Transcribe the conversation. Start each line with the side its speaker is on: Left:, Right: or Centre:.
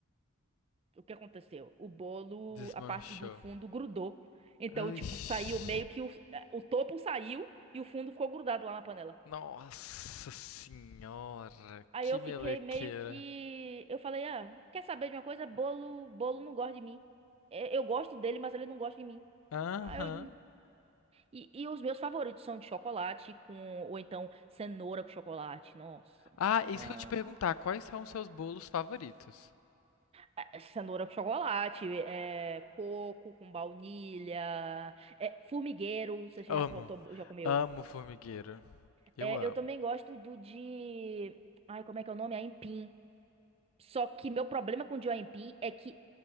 Right: o que aconteceu? O bolo,
Left: desmanchou.
Right: a parte do fundo grudou. Então,
Left: Ixi.
Right: tipo, saiu meio que o, é, o topo saiu e o fundo ficou grudado lá na panela.
Left: Nossa senhora,
Right: Aí
Left: que
Right: eu
Left: melequeira.
Right: fiquei meio que, eu falei, ah, quer saber de uma coisa? Bolo, bolo não gosta de mim. É, Eu gosto dele, mas ele não gosta de mim.
Left: Aham.
Right: Ah, eu... E, e os meus favoritos são de chocolate com, ou então cenoura com chocolate. Nossa.
Left: Ah, isso
Right: é.
Left: que eu ia te perguntar, quais são os seus bolos favoritos?
Right: É, Cenoura com chocolate, é, coco com baunilha, é, formigueiro, você já,
Left: Amo,
Right: co- tom- já comeu.
Left: amo formigueiro. Eu
Right: É,
Left: amo.
Right: eu também gosto do de. Ai, como é que é o nome? Aipim. Só que meu problema com o de aipim é que